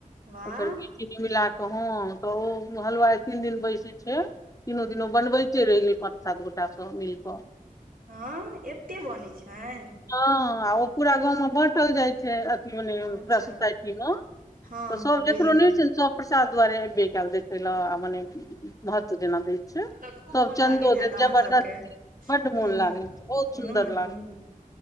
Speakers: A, on the right; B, on the left.
A: वाह
B: चीनी मिलाकऽ हँ तऽ ओ हलुवाय तीन दिन बैसै छै तीनो दिनू बनबैते रहि गेल पाँच सात गोटास सब मिल कऽ
A: हँ एते बनै छनि
B: हँ आ ओ पूरा गाँव में बाँटल जाय छै मने
A: अच्छा
B: पुरा सोसाइटी मे
A: हँ
B: तऽ
A: हँ
B: सब
A: बुझि
B: जकरो
A: गेली
B: नहि होयत छै न सब प्रसाद दुआरे एबे क‌एल देखै ल मने महत्व जना दै छै
A: तऽ खूब
B: सब
A: मोन
B: चन्दो
A: लागैत
B: देत
A: हत अहाँ
B: जबरदस्ती
A: सबके
B: बड्ड
A: ह
B: मोन लागै छै बहुत
A: ह ह
B: सुन्दर लागै